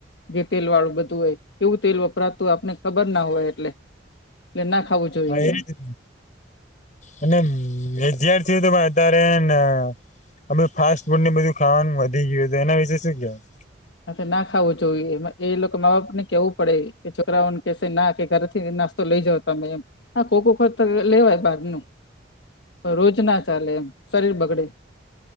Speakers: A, on the left; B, on the left.
A: ધી તેલ વાળું બધું હોય એવું તેલ વપરાતુ તું હોય આપને ખબર ના હોય એટલે એટલે ના ખાવું જોઈએ
B: હા ઈ
A: એમ.
B: અને વિધાર્થી ઓ પણ અત્યારે હેને હ ફાસ્ટ ફૂડ ને બધું ખાવાનું વધી ગયું તો એના વિશે શું કેવું
A: હ ના ખાવું જોઈએ એ લોકો મા બાપ ને કેવું પડે કે છોકરાઓને કેશે ના કે ઘરે થી નાસ્તો લઈ જાવ મે એમ હા કોક વખત તો લેવાય બાર નુ રોજ ના ચાલે એમ શરીર બગડે